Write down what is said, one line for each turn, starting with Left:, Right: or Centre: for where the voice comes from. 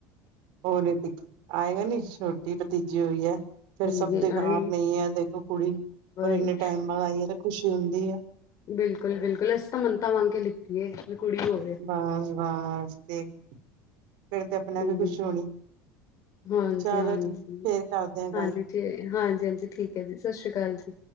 Right: ਓ ਨਈ ਆਏਗਾ ਨੀ? ਛੋਟੀ ਭਤੀਜੀ ਹੋਈ ਐ। ਫੇਰ
Left: ਹੂੰ
Right: ਸਭ ਦੇ ਗਹਾਰ
Left: ਆਈ
Right: ਨਈ ਐ ਦੇਖੋ ਕੁੜੀ
Left: ਵਹੀ
Right: ਔਰ ਏਨੇ ਟਾਈਮ ਬਾਅਦ ਆਈ ਐ ਤੇ ਖੁਸ਼ੀ ਹੁੰਦੀ ਐ।
Left: ਬਿਲਕੁਲ-ਬਿਲਕੁਲ ਅਸੀਂ ਤਾਂ ਮੰਨਤਾਂ ਮੰਗ ਕੇ ਲਿੱਤੀਐ ਵੀ ਕੁੜੀ ਹੋ
Right: ਬਸ-ਬਸ ਤੇ ਫੇਰ ਤੇ ਆਪਣਾ
Left: ਹੂੰ
Right: ਵੀ ਖੁਸ਼ ਹੋਣੀ।
Left: ਹਾਂਜੀ,
Right: ਚਲੋ
Left: ਹਾਂਜੀ,
Right: ਜੀ ਫੇਰ ਕਰਦੇ ਆ
Left: ਹਾਂਜੀ,
Right: ਗੱਲ
Left: ਹਾਂਜੀ, ਹਾਂਜੀ ਠੀਕ ਐ ਜੀ। ਸਸਸ਼੍ਰੀ ਅਕਾਲ ਜੀ।